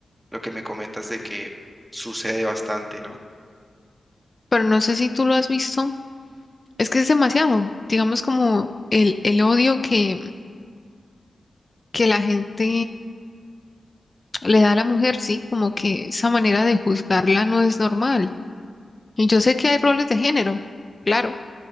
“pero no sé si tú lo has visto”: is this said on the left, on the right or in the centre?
Left